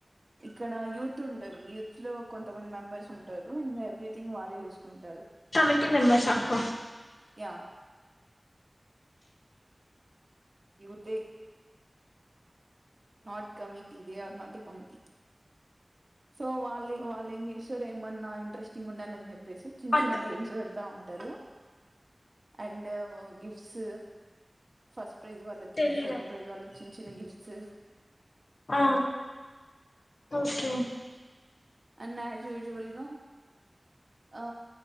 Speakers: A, on the right; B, on the left.
A: <inaudible> యుత్లో కొంతమంది మెంబార్‌సు ఉంతరు ఎవారి థింగ్ వాళ్ళే చూసుకుంటరు
B: కమిటీ మెంబర్స్ అక్క
A: యా యుటి నాట్ కమిట్ ఇది ఆర్ నాటి కమిటీ సోమారం లే వాళ్ళేం చెస్టారు ఏమన్నా ఇంటెస్టింగ్ ఉండాలని చెప్పి చెప్పేసి చిన్న
B: అటు
A: చిన్న గేమ్స్ పెడతా ఉంటారు అండ్ గిఫ్ట్స్ ఫస్ట్ ప్రైజ్ళ్ళకి
B: తెలీదు
A: సెకండ్ ప్రై్ వాళ్ళకి చిన్న గిఫ్ట్ సే
B: ఆ ఓకే
A: అండ్ యాజ్ యూజువల్ గా ఆ